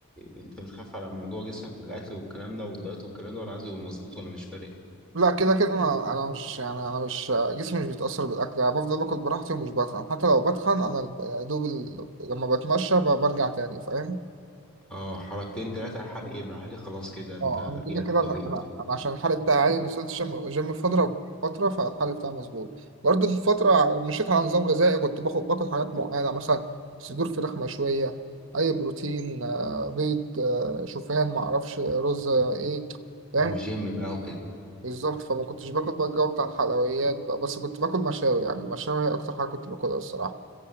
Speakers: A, in the centre; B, on the right.
A: انت بتخاف على موضوع جسمك والاكل والكلام ده والدايت والكلام ده ولا عايزه يبقى مظبوط ولا مش فارق
B: لا كده كده انا انا مش يعني انا مش جسمي مش بيتاثر بالاكل يعني بفضل باكل براحتي ومش بتخن حتى لو بتخن انا يا دوب ال- لما بتمشى ب- برجع تاني فاهم
A: اه حركتين ثلاثه الحرق يبقى عالي خلاص كده انت
B: اه
A: رجعت
B: انا كده كده
A: طبيعي
B: انا أنا عشان الحرق بتاعي عالي وصلت جيم جيم فتره فتره فالحرق بتاعي مظبوط برضه في فتره مشيت على نظام غذائي كنت باخد باكل حاجات معينه مثلا صدور فراخ مشويه اي بروتين آه، بيض آه، شوفان معرفش رز آه، ايه فاهم
A: وجيم بقى وكده
B: بالظبط فما كنتش باكل بقى الجو بتاع الحلويات بقى بس كنت باكل مشاوي يعني المشاوي هي أكتر حاجة كنت باكلها الصراحة